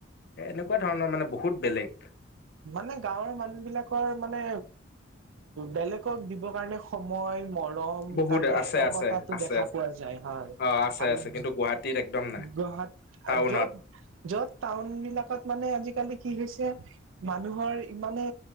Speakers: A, on the left; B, on the right.
A: এনেকুৱা ধৰণৰ মানে, বহুত বেলেগ।
B: মানে, গাঁৱৰ মানুহবিলাকৰ মানে, বেলেগক দিবৰ কাৰণে সময় মৰম,
A: বহুত
B: তাৰে
A: আছে
B: একতাটো
A: আছে আছে
B: দেখা
A: আছে
B: পোৱা যায়। হয়!
A: অ আছে
B: আৰু
A: আছে কিন্তু গুৱাহাটীত একদম নাই
B: গুৱাহাট,
A: টাউনত
B: য'ত-য'ত টাউন বিলাকত মানে, আজিকালি কি হৈছে, মানুহৰ ইমানে